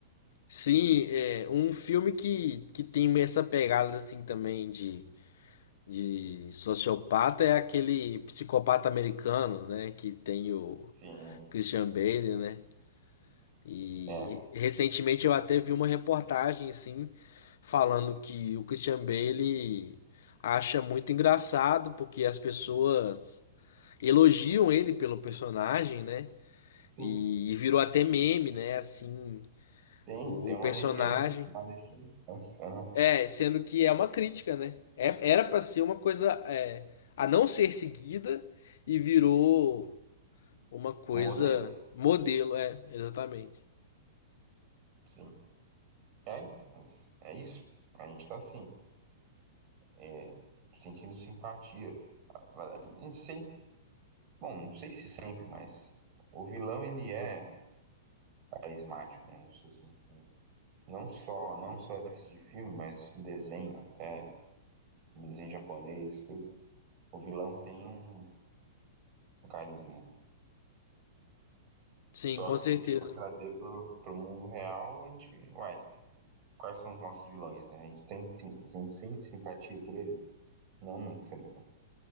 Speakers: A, on the left (about 60°); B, on the right (about 30°).
A: Sim, é um filme que, que tem essa pegada, assim, também de de sociopata é aquele psicopata americano, né? Que tem o
B: Sim,
A: Christian Bale, né? E
B: É,
A: recentemente eu até vi uma reportagem, assim, falando que o Christian Bale acha muito engraçado porque as pessoas elogiam ele pelo personagem, né?
B: sim,
A: E, e virou até meme, né? Assim,
B: sim,
A: o
B: tem
A: o
B: uma
A: personagem.
B: legião, uma legião de fãs. aham.
A: É, sendo que é uma crítica, né? É- era pra ser uma coisa é, a não ser seguida e virou uma coisa
B: um Modelo,
A: modelo, é, exatamente.
B: sim. É, mas é isso. A gente tá assim, é, sentindo simpatia. A- a- a gente sem- bom, não sei se sempre, mas o vilão ele é carismático, né? Não sei se- não só, não só esse de filme, mas de desenho, até desenho japonês, coisas. O vilão tem um, um carisma, né?
A: Sim,
B: Só
A: com
B: que
A: certeza.
B: se a gente for trazer pro, pro mundo real, a gente, ué, quais são os nossos vilões, né? A gente tem, sim, a gente sente simpatia por eles? Não muita, né?